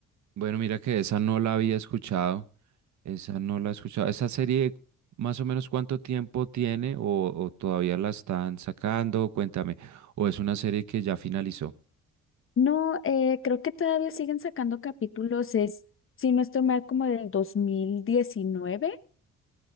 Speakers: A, on the right; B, on the left.
A: Bueno, mira que esa no la había escuchado. Esa no la he escuchado. ¿Esa serie más o menos cuánto tiempo tiene o, o todavía la están sacando? Cuéntame. ¿O es una serie que ya finalizó?
B: No, eh, creo que todavía siguen sacando capítulos, es, si no estoy mal, como del 2019,